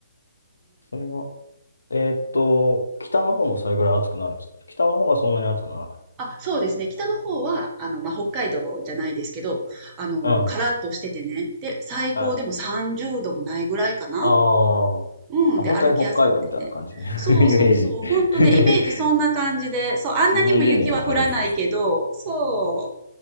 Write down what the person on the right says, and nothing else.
うん。あ、そうですね。北の方は、あの、まあ、北海道じゃないですけど、あの、
カラッとしててね。で、最高でも30度もないぐらいかな。
うん。
で、歩きやすくてね。
そうそうそう。
ほんとね、イメージそんな感じで。そう、あんなにも雪は降らないけど、
そ